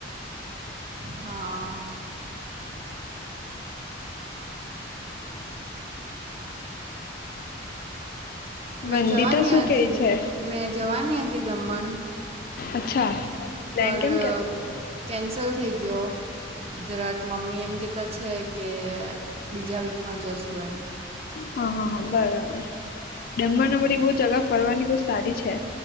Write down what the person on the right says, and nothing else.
હા મેં
જવાની
હતી
મેં જવાની હતી દમણ
પર
કેન્સલ થઈ ગયો જરાક મમ્મી એમ કહેતા છે કે બીજા વીકમાં જશું એમ
હા